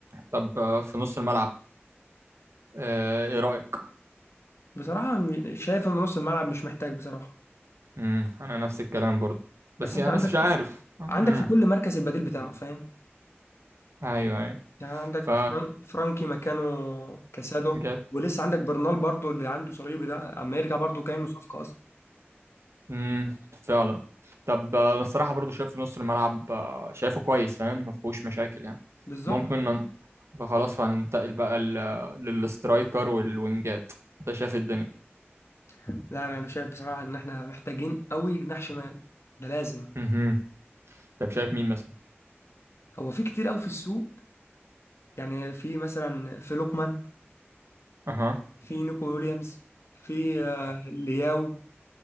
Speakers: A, on the right (about 80°); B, on the left (about 75°).
A: طب آه، في نص الملعب آه، ايه رايك
B: بصراحه م- شايف ان نص الملعب مش محتاج بصراحه
A: امم انا نفس الكلام برضو بس
B: بس انت
A: انا
B: عندك
A: بس مش عارف امم
B: عندك في كل مركز البديل بتاعه فاهم
A: ايوه ايوه
B: يعني عندك
A: ف
B: فران- فرانكي مكانه كاسادو
A: جاب
B: ولسه عندك برنال برضو اللي عنده صليبي ده اما يرجع برضو كانه صفقه اصلا
A: امم فعلا طب آه، انا الصراحه برضو شايف في نص الملعب آه، شايفه كويس فاهم ما فيهوش مشاكل يعني
B: بالظبط
A: ممكن نن... فخلاص فهننتقل بقى ل... للسترايكر والوينجات انت شايف إيه الدنيا
B: لا لا، انا شايف بصراحه ان احنا محتاجين قوي جناح شمال ده لازم
A: امم طب شايف مين مثلا
B: هو في كتير قوي في السوق يعني في مثلا في لوكمان
A: اها
B: في نيكو ويليامز في آه، لياو